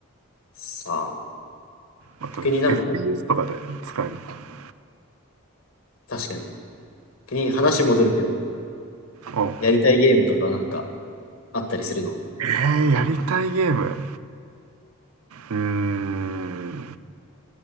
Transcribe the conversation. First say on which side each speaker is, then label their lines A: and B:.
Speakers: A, on the left; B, on the right.
A: さあ、
B: また
A: 逆になんか、
B: FPS とかで使えるのか
A: 確かに、逆に話戻るけど、
B: な。お
A: やりたいゲームとかなんかあったりするの
B: えー、やりたいゲーム。うーん、